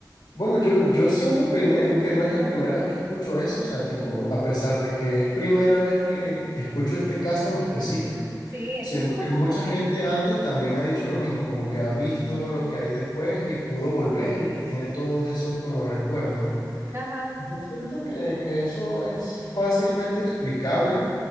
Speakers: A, on the left; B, on the right.
A: Bueno, yo, yo siento primero que no es la primera vez que escucho eso, o sea, tipo,
B: Ujú.
A: a pesar de que es primera vez que escucho este caso en específico,
B: Sí, eso
A: siento
B: es un caso
A: que mucha gente
B: famoso.
A: antes también ha dicho lo mismo, como que ha
B: Ujú.
A: visto lo que hay después y pudo volver y que tiene todos esos como recuerdos, ¿no?
B: Ajá.
A: Yo siento que, que eso es fácilmente explicable